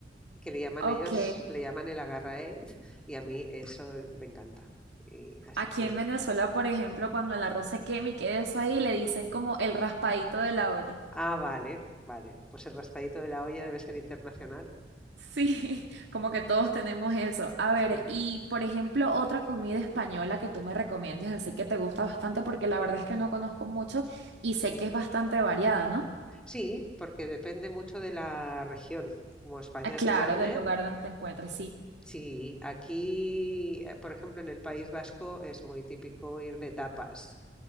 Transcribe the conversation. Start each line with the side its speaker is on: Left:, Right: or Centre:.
Centre: que le llaman
Right: ok.
Centre: ellos, le llaman el agarraet, y a mí eso me encanta. Y así
Right: Aquí
Centre: que,
Right: en Venezuela, por ejemplo, cuando el arroz se quema y queda eso ahí, le dicen como el raspadito de la olla.
Centre: ah, vale, vale, pues el raspadito de la olla debe ser internacional.
Right: Sí, <laughs> como que todos tenemos eso. A ver,
Centre: Sí,
Right: y por ejemplo, otra comida española que tú me recomiendes, así que te gusta bastante, porque la verdad es que no conozco mucho y sé
Centre: sí,
Right: que es bastante variada, ¿no?
Centre: sí, porque depende mucho de la región. Como España
Right: Ah, claro,
Centre: es grande,
Right: del lugar donde te encuentres, sí.
Centre: sí, aquí, eh, por ejemplo, en el País Vasco es muy típico ir de tapas.